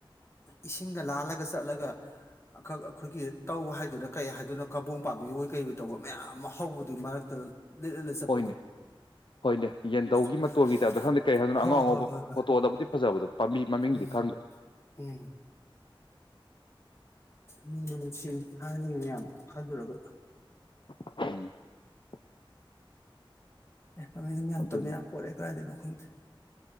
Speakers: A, on the left (about 30°); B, on the left (about 60°).
A: ꯏꯁꯤꯡꯒ ꯂꯥꯜꯂꯒ ꯆꯠꯂꯒ ꯑꯈ ꯑꯈꯣꯏꯒꯤ ꯇꯧ ꯍꯥꯏꯗꯣꯏꯔ ꯀꯩ ꯍꯥꯏꯗꯣꯏꯅꯣ ꯀꯕꯣ ꯄꯥꯝꯕꯤ ꯑꯣꯏ ꯀꯩ ꯑꯣꯏ ꯇꯧꯕ ꯃꯌꯥꯝ ꯑꯃ ꯍꯧꯕꯗꯨꯒꯤ ꯃꯔꯛꯇ ꯂꯤꯠ ꯂꯤꯠꯂ ꯆꯠꯄꯗꯣ
B: ꯍꯣꯏꯅꯦ ꯍꯣꯏꯅꯦ ꯌꯦꯟꯙꯧꯒꯤ
A: ꯐꯖꯅ
B: ꯃꯇꯣꯜꯒꯤ ꯈꯪꯗꯦ ꯀꯩ ꯍꯥꯏꯗꯨꯅ
A: ꯍꯣꯏ
B: ꯑꯉꯧ ꯑꯉꯧꯕ
A: ꯍꯣꯏ ꯍꯣꯏ
B: ꯐꯣꯇꯣꯗꯕꯨꯗꯤ
A: ꯍꯣꯏ
B: ꯐꯖꯕꯗꯣ ꯄꯥꯝꯕꯤ ꯃꯃꯤꯡꯗꯤ
A: ꯎꯝ
B: ꯈꯪꯗꯦ
A: ꯎꯝ ꯅꯨꯡꯕꯨ ꯅꯨꯡꯁꯤ ꯊꯥꯏꯅꯒꯤ ꯃꯌꯥꯝꯗꯣ ꯈꯜꯂꯨꯔꯒ
B: <unintelligible>
A: ꯃꯃꯤꯡ ꯇꯣ ꯃꯌꯥꯝ
B: ꯑꯗꯨꯅꯦ
A: ꯇꯝꯃꯦ ꯌꯥꯝ ꯄꯣꯔꯛꯑꯦ ꯀꯗꯥꯏꯗꯩꯅꯣ <unintelligible>